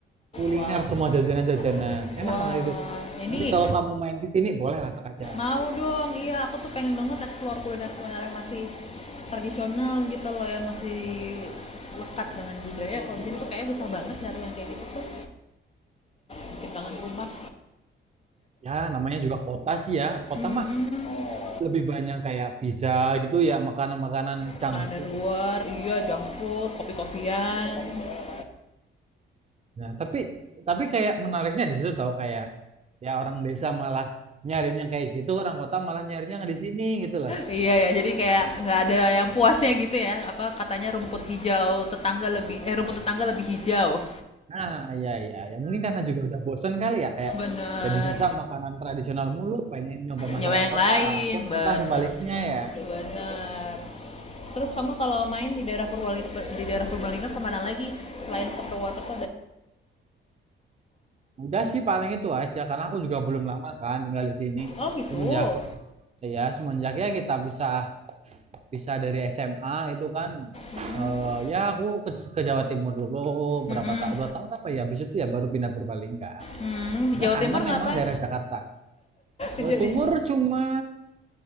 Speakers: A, on the right (about 35°); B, on the left (about 30°).
A: kuliner
B: Wow.
A: semua jajanan-jajanan enak
B: Wah,
A: banget itu
B: ini
A: nanti kalau kamu main ke sini boleh lah tak aja
B: mau dong, iya aku tuh pengen banget explore kuliner-kuliner yang masih tradisional gitu loh, yang masih lekat dengan budaya. Kalau di sini tuh kayaknya susah banget nyari yang kayak gitu tuh, bikin kangen rumah.
A: ya namanya juga kota sih ya kota
B: Mhm.
A: mah lebih banyak kayak pizza gitu ya makanan-makanan junk
B: Makanan dari
A: food
B: luar, iya junk food, kopi-kopian. <laughs>
A: Nah, tapi tapi kayak menariknya di situ tahu kayak ya orang desa malah nyarinya kayak gitu, orang kota malah nyarinya nggak di sini gitu lah.
B: Iya ya, jadi kayak nggak ada yang puasnya gitu ya. Apa katanya rumput
A: Hmm.
B: hijau tetangga lebih eh rumput tetangga lebih hijau.
A: Nah, ya ya ya mungkin karena juga udah bosen kali ya kayak
B: Bener.
A: ya di desa makanan tradisional mulu pengen nyoba masakan
B: Nyawa yang
A: kota.
B: lain,
A: Pun
B: bener.
A: kota sebaliknya ya.
B: Bener. Terus kamu kalau main di daerah Purwali di daerah Purbalingga kemana lagi selain ke Purwakarta
A: Udah sih paling itu aja karena aku juga belum lama kan tinggal di sini.
B: Oh gitu.
A: Semenjak ya semenjak ya kita bisa bisa dari SMA itu kan
B: Mm-mm.
A: eh, ya aku ke, ke Jawa Timur dulu
B: Mm-mm.
A: berapa tahun dua tahun apa ya habis itu ya baru pindah Purbalingga.
B: Hmm,
A: Sebenarnya
B: di Jawa
A: kangen
B: Timur ngapain?
A: emang daerah Jakarta. Jawa
B: <laughs> Jadi
A: Timur cuma